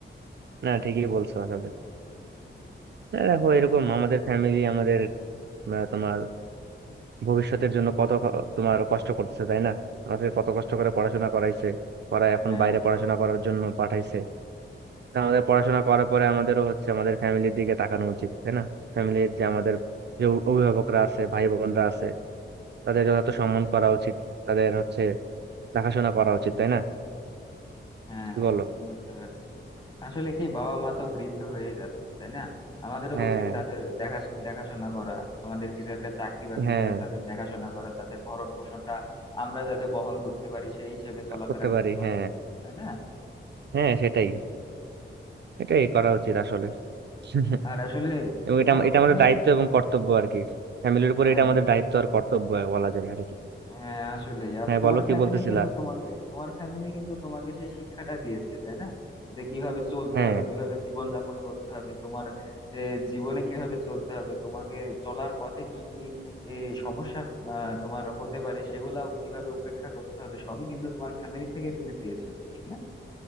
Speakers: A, on the right; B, on the left.
A: না ঠিকই বলছো আসলে দেখো এরকম আমাদের ফ্যামিলি আমাদের আহ, তোমার ভবিষ্যতের জন্য কত ক- তোমার কষ্ট করতেছে তাই না আমাকে কত কষ্ট করে পড়াশোনা করাইছে পড়ায় এখন
B: হ্যাঁ
A: বাইরে পড়াশোনা করার জন্য পাঠাইছে তা আমাদের পড়াশোনা করার পরে আমাদেরও হচ্ছে আমাদের ফ্যামিলির দিকে তাকানো উচিত তাই না ফ্যামিলির যে আমাদের যে অভি- অভিভাবকরা আছে ভাই বোনরা আছে তাদের যথাযথ সম্মান করা উচিত তাদের হচ্ছে দেখাশোনা করা উচিত তাই না
B: হ্যাঁ
A: কি বলো
B: বুঝতে পারছি আসলে কি বাবা মা তো বৃদ্ধ হয়ে যাচ্ছে তাই না আমাদেরও
A: হ্যাঁ
B: উচিত তাদের দেখা দেখাশোনা করা আমাদের কিছু একটা চাকরি বাকরি
A: হ্যাঁ
B: করে তাদের দেখাশোনা করা তাদের ভরণ পোষণটা আমরা যাতে বহন করতে পারি সেই হিসেবে চলাফেরা
A: করতে
B: করতে
A: পারি
B: পারি
A: হ্যাঁ
B: তাই না
A: হ্যাঁ সেটাই এটাই করা উচিত আসলে <laughs>
B: আর আসলে
A: এবং এটা
B: তোমার
A: আম- এটা
B: ফ্যামিলি
A: আমাদের দায়িত্ব এবং কর্তব্য আর কি ফ্যামিলির উপরে
B: হ্যাঁ
A: এটা আমাদের দায়িত্ব আর কর্তব্য বলা যায় আর কি।
B: হ্যাঁ আসলে
A: হ্যাঁ
B: তোমার
A: বলো কি
B: ফ্যামিলি
A: বলতেছিলা
B: কিন্তু তোমাকে তোমার ফ্যামিলি কিন্তু তোমাকে সেই শিক্ষাটা দিয়েছে তাই না যে কিভাবে চলতে
A: হ্যাঁ
B: হবে কিভাবে জীবন যাপন করতে হবে তোমার যে জীবনে কিভাবে চলতে হবে তোমাকে চলার পথে কি কি এ, সমস্যা আহ, তোমার হতে পারে সেগুলাও কিভাবে উপেক্ষা করতে হবে সবই কিন্তু তোমার ফ্যামিলি থেকে তুমি পেয়েছো ঠিক না